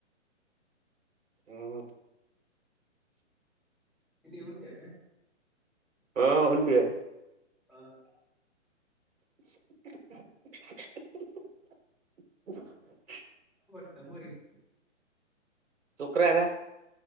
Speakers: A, on the right (about 80°); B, in the centre.
A: ಹ್ಮ
B: ಇಲ್ಲಿ ಉಂಡೇನ.
A: ಹಾ ಉಂಡಿವಿ.
B: ಹಾ
A: <unintelligible>
B: <unintelligible>
A: <unintelligible>